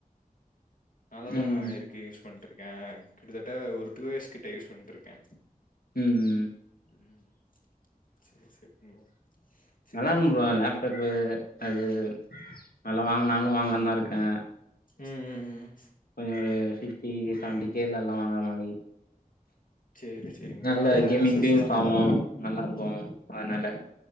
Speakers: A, on the left; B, on the left.
A: நல்லதா
B: ம் ம்
A: இருக்கு யூஸ் பண்ருக்கே கிட்டத்தட்ட ஒரு டூ இயர் கிட்ட யூஸ் பண்ணிட்டு இருக்கே
B: ம் உம்
A: உம் செரி செரி ப்ரோ சேரி
B: நல்லா
A: நீங்க
B: இருக்கு
A: சொல்லுங்க
B: ப்ரோ லேப்டாப்பு அது நல்லா வாங்க நானு வாங்லானு தா இருக்கே
A: ம்
B: கொஞ்சோ ஒரு சிக்ஸ்டி சவன்டி கேல்லல்லா வாங்குற மாரி
A: சேரி சேரிங்
B: நல்லா
A: ப்ரோ அதுல
B: கேமிங்கு
A: ஆசஸ்லா
B: யூஸ்
A: நல்லாருக்கு
B: ஆவு நல்லா இருக்கு அதனால